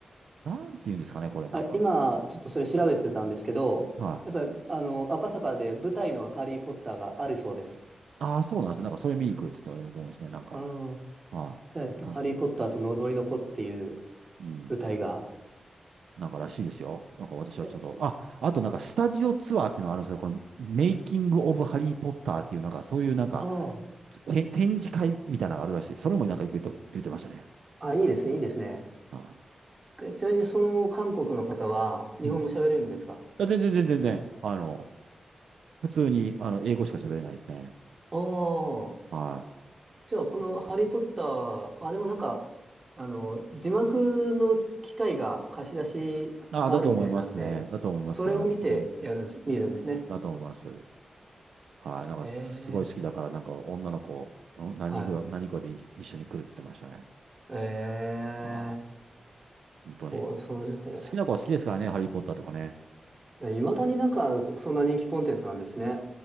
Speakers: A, on the right; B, on the right.
A: なんて言うんですかね、これ、なんか。
B: あ、今、ちょっとそれ調べてたんですけど、
A: はい。
B: やっぱり、あの、赤坂で舞台のハリー・ポッターがあるそうです。
A: ああ、そうなんですよ。なんか、それ見に来るって言ってたと思うんですね。なんか、
B: うん。
A: はい。
B: じゃあ、えっと、
A: なんか、
B: ハリー・ポッターと呪いの子っていう
A: うん。
B: 舞台が。
A: なんからしいですよ。なんか私はちょっと、
B: え、そ
A: あ、あとなんかスタジオツアーっていうのがあるんですけど、このメイキング・オブ・ハリー・ポッターっていう、なんかそういうなんか、
B: あ
A: へ展示会みたいなのがあるらしい。それもなんか言って言ってましたね。
B: あ、あ、いいですね、いいですね。
A: は
B: えちなみに、その韓国の方は、日本語喋れるんですか
A: いうん。いや全然全然全然、あの、普通に、あの、英語しか喋れないですね。
B: ああ、
A: は
B: じゃあこのハリーポッター、まあ、でもなんか、あの、字幕の機械が貸し出しがあるみたいなんで、
A: い。ああ、だと思いますね。だと思いますね。
B: それを見てやるんです、
A: なんかその、うん
B: 見るんですね。
A: だと思います。はい。なんかすごい好きだから、
B: ええ、
A: なんか女の子、うん何人ぐらい、
B: はい。
A: 何人かで一緒に来るって言ってましたね。
B: ええ、
A: はい。本当に。
B: そう、それで。
A: 好きな子は好きですからね、ハリー・ポッターとかね。
B: いまだになんか、そんな人気コンテンツなんですね。